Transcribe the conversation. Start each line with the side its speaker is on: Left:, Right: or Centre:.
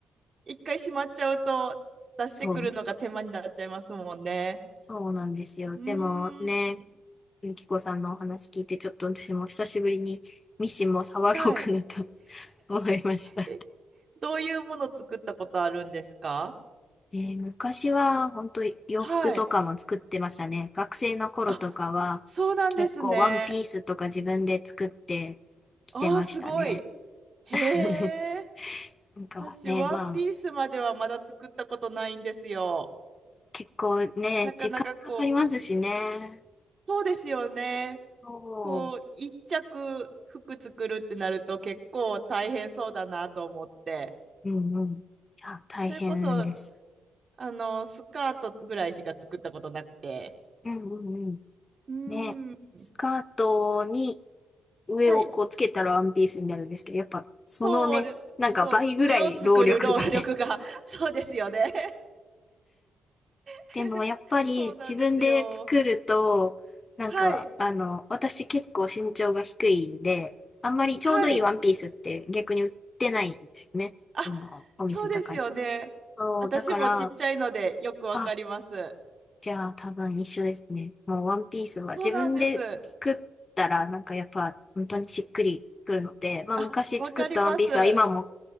Right: 一回しまっちゃうと出してくるのが手間になっちゃいますもんね。
Left: <laughs> そう。そうなんですよ。
Right: うーん。
Left: でもね、ゆきこさんのお話聞いて、ちょっと私も久しぶりにミシンも触ろうかなと
Right: はい。
Left: <laughs> 思いました。
Right: え、どういうもの作ったことあるんですか
Left: えー昔は本当洋服とかも作ってましたね。
Right: はい。
Left: 学生の頃とかは結構ワンピースとか自分で作ってきてましたね。
Right: あ、そうなんですね。ああすごい。へえ。
Left: <laughs> なんかね、
Right: 私、ワンピースまではまだ作ったことないんですよ。
Left: まあ結構ね、
Right: なかなかこう、
Left: 時間かかりますしね。
Right: そうですよね。
Left: そ
Right: こう、一着服作るってなると結構大変そうだなと思って、
Left: う。うんうん。いや、大変です。
Right: それこそ、あの、スカートぐらいしか作ったことなくて、
Left: うんうんうん。
Right: うーん。
Left: ね、スカートに上をこうつけたらワンピースになるんですけど、
Right: はい、
Left: やっぱそのね、
Right: そうです。
Left: なんか倍ぐらい労力がね。
Right: そう、上を作る労力が <laughs>、そうですよね。
Left: <laughs>
Right: <laughs>
Left: でもやっぱり自分で作ると、
Right: そうなんですよ。
Left: なんかあの、
Right: はい、
Left: 私結構身長が低いんで、あんまりちょうどいいワンピースって逆に売ってないんですよね。
Right: はい。あ、
Left: あの、お店とかには。
Right: そうですよね。
Left: そう、
Right: 私もちっちゃいのでよくわかります。
Left: だから、あ、じゃあ多分一緒ですね。もうワンピースは自分で作ったらなんかやっぱ本当にしっくりくるので、
Right: そうなんです。
Left: まあ昔作ったワンピースは今も
Right: あ、わかります。